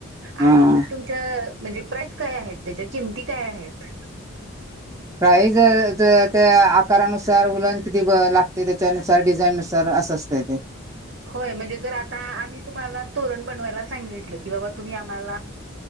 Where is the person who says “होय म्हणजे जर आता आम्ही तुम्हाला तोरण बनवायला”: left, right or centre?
Right